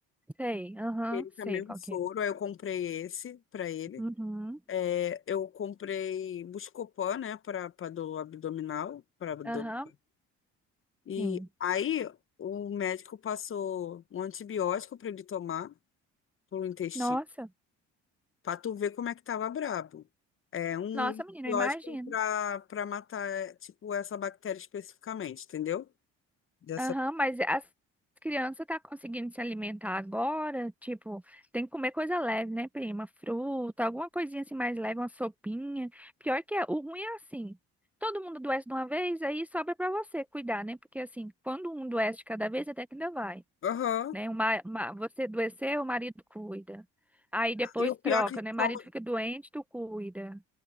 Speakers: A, in the centre; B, on the left.
A: Sei. Aham.
B: Ele também
A: Sei
B: é
A: qual
B: um soro,
A: que é.
B: aí eu comprei esse pra ele.
A: Uhum.
B: É, eu comprei Buscopan, né, para do abdominal, para abdômen.
A: Aham.
B: E
A: Sim.
B: aí o médico passou um antibiótico para ele tomar pro intestino,
A: Nossa.
B: para tu ver como é que tava brabo. É um
A: Nossa,
B: antibiótico
A: menina, eu imagino.
B: para para matar é, tipo essa bactéria especificamente, entendeu? Dessa
A: Aham, mas as crianças tá conseguindo se alimentar agora? Tipo, tem que comer coisa leve, né, prima? Fruta, alguma coisinha assim mais leve, uma sopinha. Pior que é, o ruim é assim. Todo mundo adoece de uma vez, aí sobra pra você cuidar, né? Porque assim, quando um adoece de cada vez, até que ainda vai,
B: Aham.
A: né? Uma, uma, você adoecer, o marido cuida. Aí depois
B: E o pior
A: troca,
B: é que
A: né? O marido
B: como
A: fica doente, tu cuida.